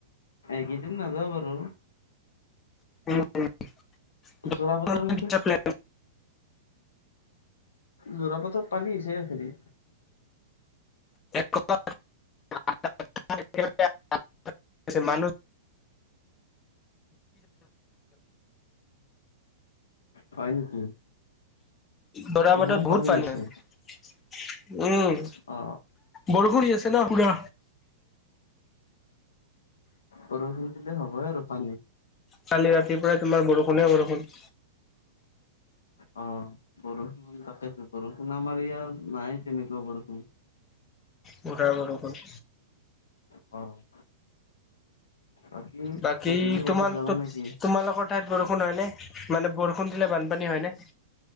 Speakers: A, on the left (about 80°); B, on the left (about 25°).
A: এই কেইদিন নাযাওঁ বাৰু
B: <unintelligible>
A: যোৰাবাটৰ সেইটো জোৰা পাতত পানী হৈছে খেৰি
B: <unintelligible>
A: হয় নেকি?
B: জোৰা
A: ইমান
B: বাটত বহুত পানী
A: হৈছে
B: হৈছে উম
A: অ
B: বৰষুণ দি আছে ন পুৰা
A: বৰষুণ দিলে হবই আৰু পানী,
B: কালি ৰাতি পৰাই তোমাৰ বৰষুণে বৰষুণ
A: অ বৰষুণ তাকেতো বৰষুণ আমাৰ ইয়াত নাই তেনেকুৱা বৰষুণ
B: পুৰা বৰষুণ
A: অ'। বাকী
B: বাকী
A: গধূলি ক'ৰবাত
B: তোমান
A: যাবা
B: ত
A: নেকি
B: তোমালোকৰ ঠাইত বৰষুণ হয় নে মানে বৰষুণ দিলে বানপানী হয় নে,